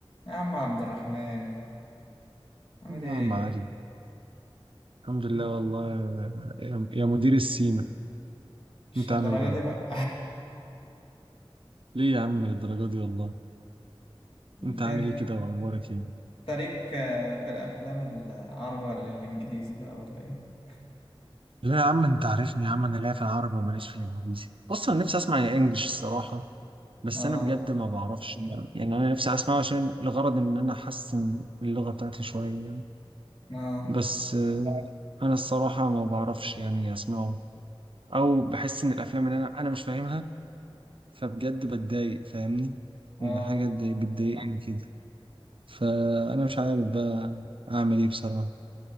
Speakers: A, on the left (about 65°); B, on the right (about 65°).
A: يا عم عبد الرحمن عامل
B: يا
A: ايه؟
B: عم علي الحمد لله
A: مم،
B: والله يا يا يا مدير السيما
A: مش
B: انت
A: الدرجة
B: عامل ايه؟
A: دي بقى
B: ليه يا عم للدرجة دي والله؟
A: <laughs>
B: انت عامل
A: ده انت
B: ايه كده واخبارك ايه؟
A: ليك آه، في الأفلام العربي ولا الإنجليزي بقى ولا ايه؟
B: لا يا عم انت عارفني يا عم انا لا في العربي وماليش في الانجليزي اصلا نفسي اسمع يا انجلش الصراحة بس
A: اه
B: انا بجد ما بعرفش يعني انا نفسي اسمعه عشان لغرض ان انا احسن اللغة بتاعتي شوية يعني
A: اه
B: بس آه، انا الصراحة ما بعرفش يعني اسمعه او بحس ان الافلام اللي انا انا مش فاهمها فبجد بتضايق فاهمني؟
A: اه
B: يعني حاجة تضايق- بتضايقني كده فانا مش عارف بقى اعمل ايه بصراحه